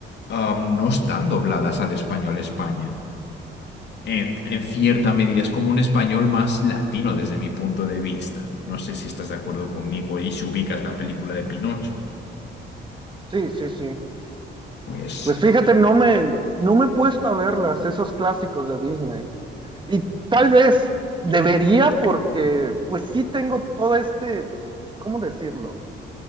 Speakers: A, on the left; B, on the right.
A: am, no están dobladas al español España. En, en cierta medida, es como un español más latino desde mi punto de vista. No sé si estás de acuerdo conmigo y si ubicas la película de Pinocho.
B: Sí, sí, sí.
A: Pues
B: Pues fíjate, no me, no me he puesto a verlas, esos clásicos de Disney. Y tal vez debería porque pues sí tengo todo este, ¿cómo decirlo?